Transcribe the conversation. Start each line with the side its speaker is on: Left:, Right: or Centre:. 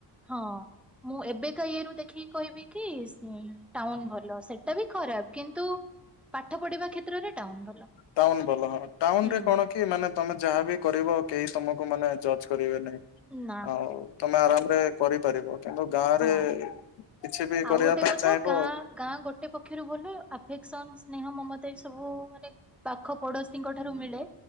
Centre: ହଁ ମୁଁ ଏବେକା ୟୁରୁ ଦେଖିକି କହିବି କି ହୁଁ ଟାଉନ ଭଲ ସେଟା ବି ଖରାପ କିନ୍ତୁ ପାଠ ପଢିବା କ୍ଷେତ୍ରରେ ଟାଉନ ଭଲ।
Left: ଟାଉନ ଭଲ ହଁ ଟାଉନ
Centre: ହୁଁ
Left: ରେ କଣ କି ମାନେ ତମେ ଯାହା ବି କରିବ କେହି ତମକୁ ମାନେ ଜଜ୍ କରିବେନି
Centre: ନା
Left: ଆଉ ତମେ ଆରାମରେ କରିପାରିବ କିନ୍ତୁ ଗାଁ
Centre: ହଁ।
Left: ରେ କିଛି ବି
Centre: ଆଉ
Left: କରିବା
Centre: ଗୋଟେ
Left: ପାଇଁ
Centre: କଥା
Left: ଚାହିଁବ
Centre: ଗାଁ ଗାଁ ଗୋଟେ ପକ୍ଷରୁ ଭଲ ଆଫେକ୍ସନ ସ୍ନେହ ମମତା ଏ ସବୁ ମାନେ ପାଖ ପଡୋଶୀଙ୍କ ଠାରୁ ମିଳେ